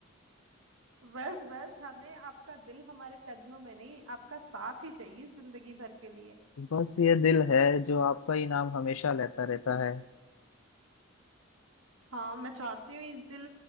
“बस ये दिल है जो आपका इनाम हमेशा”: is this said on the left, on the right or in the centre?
Left